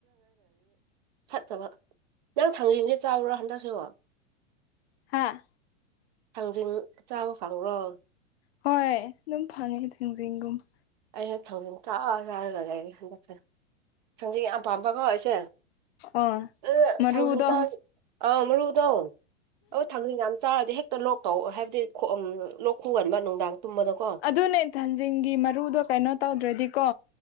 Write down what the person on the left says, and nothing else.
ꯍꯥꯥ
ꯍꯣꯏ ꯑꯗꯨꯝ ꯐꯪꯉꯦ ꯊꯥꯡꯖꯤꯡꯒꯨꯝꯕ
ꯑꯥ
ꯃꯔꯨꯗꯣ
ꯑꯗꯨꯅꯦ ꯊꯟꯖꯤꯡꯒꯤ ꯃꯔꯨꯗꯣ ꯀꯩꯅꯣ ꯇꯧꯗ꯭ꯔꯗꯤꯀꯣ